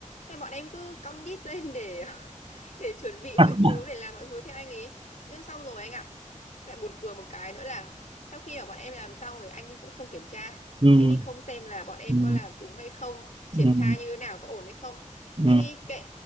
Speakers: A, on the left (about 65°); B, on the right (about 40°).
A: Thế bọn em cứ cong đít lên để <laughs> để chuẩn bị mọi
B: <laughs>
A: thứ để làm mọi thứ theo anh ý. Nhưng xong rồi anh ạ. Lại buồn cười một cái nữa là sau khi mà bọn em làm xong rồi anh ấy cũng không kiểm tra.
B: ừ,
A: Anh ấy không xem là bọn em
B: ừ,
A: có làm đúng hay không, triển
B: ừ,
A: khai như thế nào có ổn hay không.
B: ừ.
A: Anh ấy kệ.